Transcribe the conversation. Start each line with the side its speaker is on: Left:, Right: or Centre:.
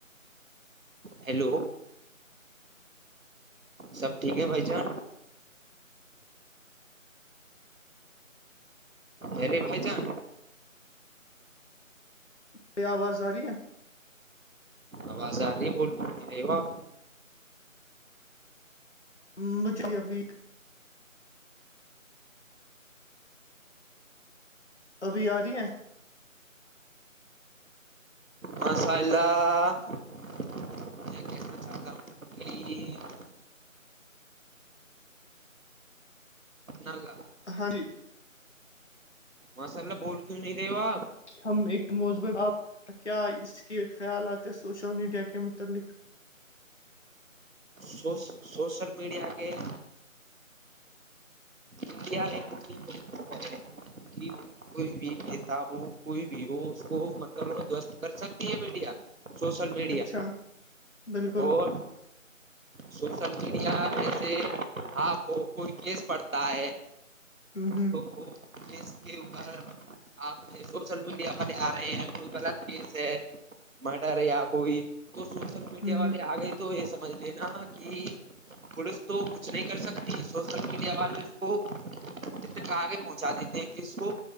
Right: ہیلو سب ٹھیک ہے بھائی چان ارے بھائی جان
Left: ب آواز آ رہی ہے
Right: آواز آ رہی بول رہے ہو آپ
Left: <unintelligible> <unintelligible>
Right: <unintelligible> <unintelligible>
Left: ہاں جی
Right: ماںسا اللہ بول کیوں نہیں رے باب
Left: ہم ایک موض ب کیا اس کے خیالات ہیں سوشل میڈیا کے متعلق
Right: سوس سوشل میڈیا کےر انڈیا ایک ہے ج ب کوئی بھی نیتا ہو کوئی بھی ہو اس کو مطلب دوست کر سکتی ہے میڈیا سوشل میڈیا
Left: اچھا بالکل
Right: اور سوشل میڈیا میںسے آپ کو کوئی کیس پڑھتا ہے
Left: ہ ہ
Right: کھوکھو جس کے اوپر آپ یہ سوشل میڈیا پرے آ رہے ہیں کوئی غلط کیس ہے مٹا رہے آپ کو بھی تو سوشل میڈیا
Left: ہ
Right: والے
Left: ہ
Right: آ گئے تو یہ سب ج لینا کہ پولیس تو کچھ نہیں کر سکتی سوسل میڈیا والے اس کو کتنے کہ آگے پہنچا دیتے ہیں کہ اس کو